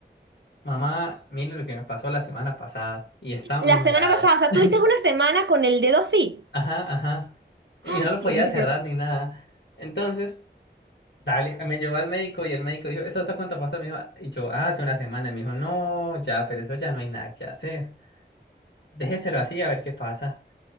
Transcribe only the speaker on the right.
La
semana pasada, o sea,
tuviste una semana con el dedo así.
Ah,
Dios mío,
pero